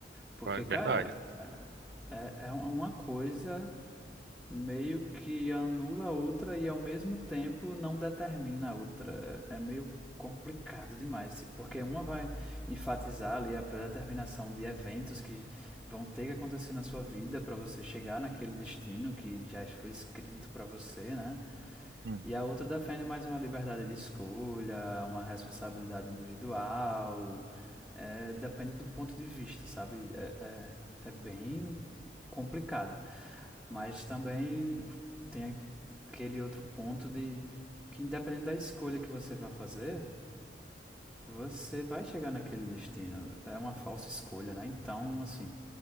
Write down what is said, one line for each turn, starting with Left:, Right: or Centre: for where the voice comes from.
Centre: Porque,
Right: Vai- Verdade.
Centre: cara, é, é uma coisa meio que anula a outra e ao mesmo tempo não determina a outra. É é meio complicado demais, porque uma vai enfatizar ali a predeterminação de eventos que vão ter que acontecer na sua vida para você chegar naquele destino que já foi escrito para você, né?
Right: Hum.
Centre: E a outra defende mais uma liberdade de escolha, uma responsabilidade individual. É, depende do ponto de vista, sabe? É, é, é bem complicado. Mas também tem aquele outro ponto de que independente da escolha que você vai fazer, você vai chegar naquele destino. É uma falsa escolha, né? Então, assim,